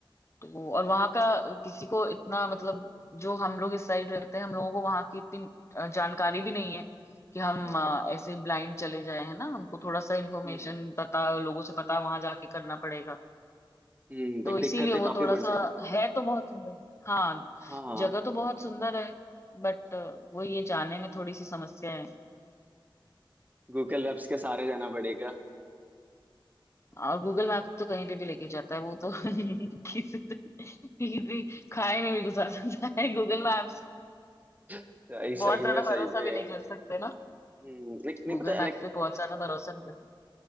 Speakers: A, on the left; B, on the right.
A: तो और वहां का किसी को इतना मतलब जो हम लोग इस साइड रहते हैं हम लोगों को वहां की इतनी अ, जानकारी भी नहीं है कि हम
B: हाँ
A: अ, ऐसे ब्लाइंड चले जाए है ना हमको थोड़ा सा इन्फॉर्मेशन
B: हम्म
A: पता लोगों से पता वहां जाके करना पड़ेगा
B: हम्म देख
A: तो
B: दिक्कतें
A: इसीलिए वो
B: काफी
A: थोड़ा
B: बढ़ जाएंगी
A: सा है तो बहुत सुंदर हाँ
B: हाँ
A: जगह तो बहुत सुंदर है बट वो ये जाने में थोड़ी सी समस्या है
B: गूगल मैप्स के सहारे रहना पड़ेगा
A: और गूगल मैप तो कहीं पे भी लेके जाता है वो तो <laughs> किसी किसी खाई में भी घुसा सकता है गूगल मैप्स
B: सही सही
A: बहुत ज्यादा
B: में सही
A: भरोसा
B: में
A: भी नहीं कर सकते ना
B: हम्म, नहीं, नहीं
A: गूगल
B: पता
A: मैप
B: लाइक
A: पे बहुत ज्यादा भरोसा नहीं कर सकते